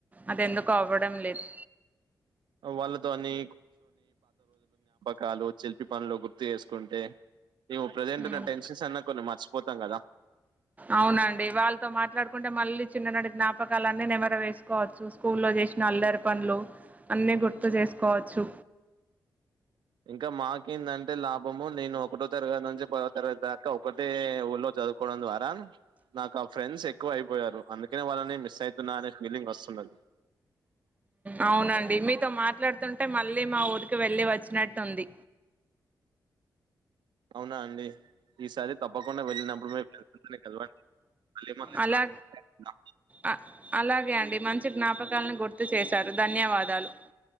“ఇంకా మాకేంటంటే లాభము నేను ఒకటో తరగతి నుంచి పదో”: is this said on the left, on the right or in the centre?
Right